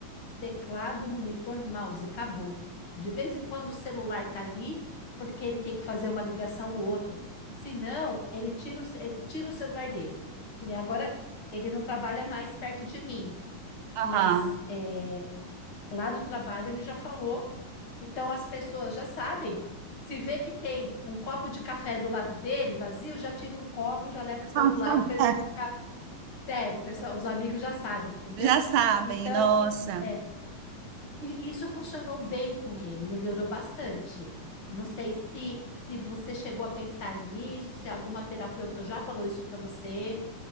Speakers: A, on the left; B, on the right.
A: teclado, monitor, mouse, acabou. De vez em quando o celular tá ali, porque ele tem que fazer uma ligação ou outra. Senão, ele tira o, ele tira o celular dele. Que nem agora ele não trabalha mais perto de mim,
B: aham.
A: mas é, lá no trabalho ele já falou. Então as pessoas já sabem. Se vê que tem um copo de café do lado dele, vazio, já tira um copo, já leva
B: <laughs>
A: para o outro lado para ele não ficar sério. Pessoal, os amigos já sabem, entendeu?
B: Já sabem,
A: Então,
B: nossa.
A: é, e isso funcionou bem com ele, melhorou bastante. Não sei se, se você chegou a pensar nisso, se alguma terapeuta já falou isso para você,